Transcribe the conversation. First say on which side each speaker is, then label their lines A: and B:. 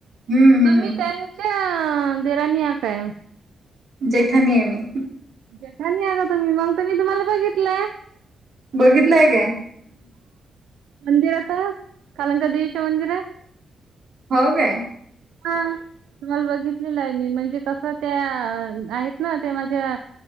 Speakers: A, on the right; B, on the right.
A: हम्म हम्म
B: तुम्ही त्यांच्या ह देराणी या काय
A: जेठाणी आहे मी
B: जेठाणी आहे का तुम्ही मग तर मी तुम्हाला बघितलंय.
A: बघितलंय काय
B: मंदिर आता कलंका देेवीच्या मंदिरात
A: हो काय?
B: <unintelligible> तुम्हाला बघितलेलं आहे मी म्हणजे कसं त्या आहेत ना ते माझ्या